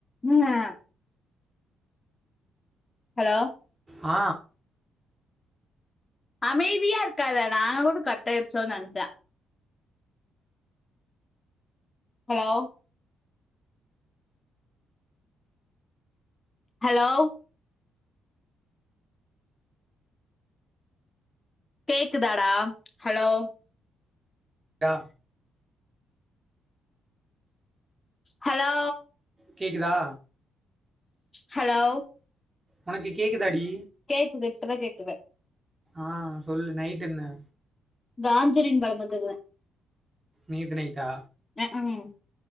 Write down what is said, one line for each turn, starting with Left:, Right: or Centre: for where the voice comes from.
Left: ம் ஹலோ
Right: ஆ
Left: அமைதியா இருக்காதடா ஒரு நிம்ஷோ கட்டாய்டுச்சோன் நெனச்சே ஹலோ ஹலோ கேக்குதாடா ஹலோ
Right: டா
Left: ஹலோ
Right: கேக்குதா?
Left: ஹலோ
Right: ஒனக்கு கேக்குதாடி
Left: கேக்குது டிஷ்டபா கேக்குது
Right: ஆ சொல்லு நைட்டென்ன
Left: காஞ்சுரின் படொ பாத்துருந்த
Right: நேத்து நைட்டா
Left: அஹா ஹும்